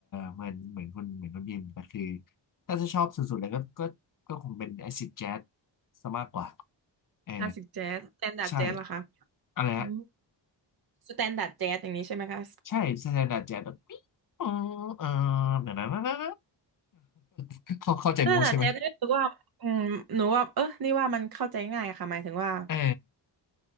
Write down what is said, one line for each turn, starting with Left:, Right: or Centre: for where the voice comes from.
Left: เหมือนเหมือนคุณเหมือนคนพิมพ์แต่คือถ้าจะชอบสุดๆเลยก็ก็ก็คงเป็นแอซิดแจ๊สซะมากกว่า
Right: <laughs>
Left: เออ
Right: ค่ะคลาสสิกแจ๊สสแตนดาร์ดแจ๊สเหรอคะ
Left: ใช่อะไรฮะ
Right: อืมสแตนดาร์ดแจ๊สอย่างนี้ใช่ไหมคะ
Left: ใช่สแตนดาร์ดแจ๊สแบบปิ๊งออเออเดี๋ยวนะ <laughs> นะนะนะ <laughs> เข้าเข้าใจมูดใช่ไหม
Right: นั่นแหละเจ๊ก็รู้สึกว่าอืมหนูว่าเออนี่ว่ามันเข้าใจง่ายค่ะหมายถึงว่า
Left: เออ